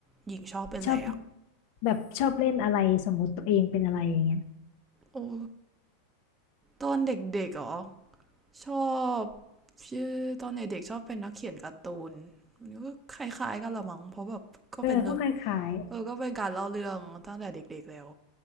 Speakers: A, on the right; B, on the left.
A: หญิงชอบเป็นอะไรอ่ะ
B: ชอบแบบชอบเล่นอะไรสมมุติตัวเองเป็นอะไรอย่างเงี้ย
A: โอ้ ตอนเด็กๆเหรอชอบชื่อตอนเด็กๆชอบเป็นนักเขียนการ์ตูนมันก็คล้ายๆกันละมั้งเพราะแบบก็เป็นเรื่อง
B: เออก็คล้าย
A: เออก็เป็นการเล่าเรื่องตั้งแต่เด็กๆแล้ว